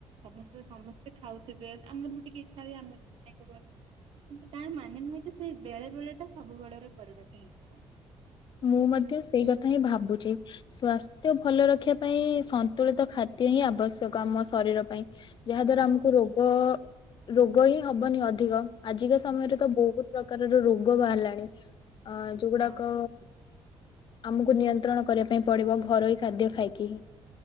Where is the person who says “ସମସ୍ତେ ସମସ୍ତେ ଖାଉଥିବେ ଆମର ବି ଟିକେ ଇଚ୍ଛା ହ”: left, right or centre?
Right